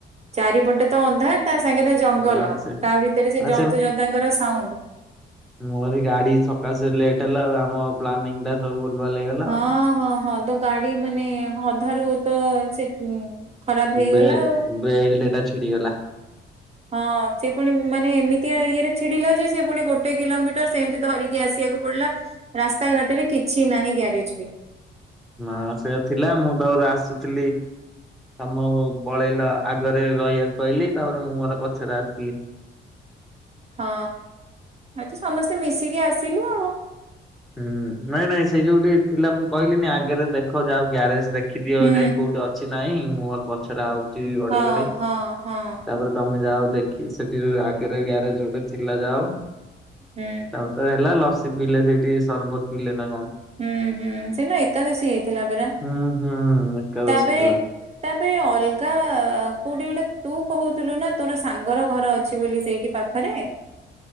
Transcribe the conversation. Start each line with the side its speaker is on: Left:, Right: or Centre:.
Right: ଚାରିପଟେ ତ ଅନ୍ଧାର୍ ତା ସାଙ୍ଗେରେ ଜଙ୍ଗଲ
Centre: ହଁ ସେ
Right: ତା ଭିତରେ ସେ
Centre: ଆ
Right: ଜନ୍ତୁ ଜୁନ୍ତାଙ୍କର ସାଉଣ୍ଡ୍
Centre: ମୁଁ କହିଲି ଗାଡି ସକାଶେ ଲେଟ୍ ହେଲା ଆମ ପ୍ଲାନିଂ ଟା ମାଲୋ <unintelligible>
Right: ହଁ ହଁ ହଁ ତୋ ଗାଡି ମାନେ ହଁ ଅଧାରୁ ତ ସେ ଖରାପ ହେଇଗଲା
Centre: ବେଲ୍,
Right: ଆଉ
Centre: ବେଲ୍ଟଟଟା ଛିଡିଗଲା।
Right: ହଁ ସେ ପୁଣି ମାନେ ଏମିତିଆ ଇଏରେ ଛିଡିଲା ଯେ ସେ ପୁଣି ଗୋଟେ କିଲୋମିଟର ସେମିତି ଧରି ଇଏ ଆସିଆକୁ ପଡିଲା ରାସ୍ତା ଘାଟେରେ କିଛି ନାହିଁ ଗ୍ୟାରେଜ୍ ବି
Centre: ନାଁ ସେ ଥିଲା ମୁଁ ତାପରେ ଆସୁଥିଲି। ତମ ପଳେଇଲ ଆଗରେ ରହିବାକୁ କହିଲି ତାପରେ ମୁଁ ମୋର ପଛରେ ଆସିଲି।
Right: ହଁ ଆ ତୁ ସମସ୍ତେ ମିଶିକି ଆସିଲୁ ଆଉ।
Centre: ହୁଁ ନାଇଁ ନାଇଁ ସେଇ ଯୋଉଠି ଥିଲା ମୁଁ କହିଲିିନି ଆଗେରେ ଦେଖ ଯାଅ ଗ୍ୟାରେଜ୍ ଦେଖ଼୍ ଦେଖିଦିଅ
Right: ହୁଁ
Centre: ଯାଇଁ କୋଉଠି ଅଛି ନାହିଁ ମୁଁ ମୋର ପଛରେ ହଉଚି ଗଡେଇ
Right: ହଁ
Centre: ଗଡେଇ
Right: ହଁ ହଁ
Centre: ତାପରେ ତମେ ଯାଅ ଦେଖି ସେଠିରୁ ଆଗେରେ ଗ୍ୟାରେଜ୍ ଯୋଉ ଗୋଟେ ଥିଲା ଯାଅ
Right: ହୁଁ।
Centre: ବାଟରେ ହେଲା ଲସି ପିଇଲେ ସେଇଠି ସରବତ ପିଇଲେ ନା କଣ?
Right: ହୁଁ ହୁଁ ସେଇ ନୁ ଏକାଦେଶୀ ହେଇଥିଲା ପରା
Centre: ହୁଁ ହୁଁ ଏକାଦଶୀ
Right: ତାପେରେ
Centre: ଥିଲା।
Right: ତାପରେ ଅଲଗା କୋଉଠି ଗୋଟେ ତୁ କହୁଥିଲୁ ନା ତୋର ସାଙ୍ଗର ଘର ଅଛି ବୋଲି ସେଇ ଏ ପାଖରେ?